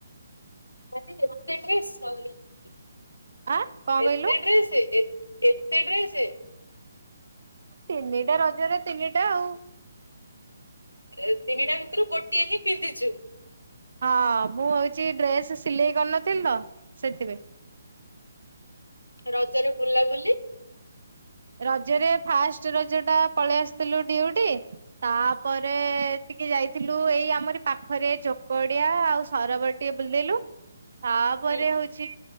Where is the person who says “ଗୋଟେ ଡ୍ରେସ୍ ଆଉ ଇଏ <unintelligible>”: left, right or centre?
Left